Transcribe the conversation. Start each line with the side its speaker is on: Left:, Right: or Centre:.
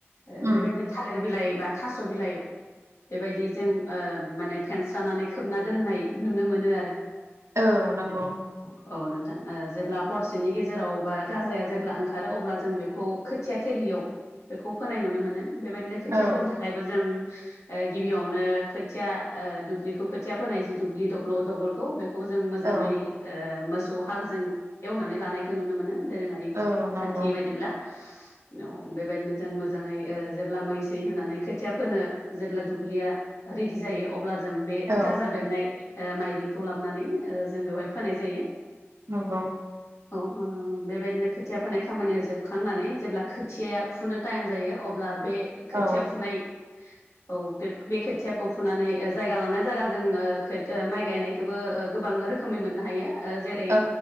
Left: ओ
Right: उम
Left: बेबायदिनो थालेर बिलाइ बा थास' बिलाइ बेबायदि जों ओ माने फेनस्रानानै खोबना दोननाय नुनो मोनो आरो।
Right: औ नंगौ।
Left: औ नोंथां। ओ जेब्ला हरसेनि गेजेराव बा गाजाया जेब्ला ओंखारो अब्ला जों बेखौ खोथिया थेलि याव बेखौ फोनाय नुनो मोनो। बेबादिनो खोथिया
Right: औ
Left: फोनो थाखायबो जों ओ गिबियावनो खोथिया ओ दुब्लिखौ खोथिया फोनाय जि दुब्लि दब्ल' दबलखौ बे खौ जों मोजाङै
Right: औ
Left: ओ मोसौ हालजों एवनानै लानायखो नुनो मोनो। दोरोङारि
Right: औ नंगौ
Left: खान्थि बायदिब्ला। औ बेबायदिनो जों मो जाङै ओ जेब्ला मैसै होनानै खोथिया फोनो जेब्ला दुब्लिया रिदि जायो अब्ला जों बे
Right: औ
Left: गाजा बेरनाय ओ माइलिखौ लाबनानै जों बेवहाय फोनाय जायो।
Right: नंगौ।
Left: औ-औ-औ बेबायदिनो खोथिया फोनाय खामानिया जोबखांनानै जेब्ला खोथियाया फुनो टाइम‌। जायो अब्ला बे खोथिया
Right: औ
Left: फुनाय। औ बे-बे खोथियाखौ फुनानै ओ जायगा लाना जायगा जों ओ माइ गायनायखौबो ओ गोबां। रोखोमनि मोननो हायो ओ जेरै
Right: औ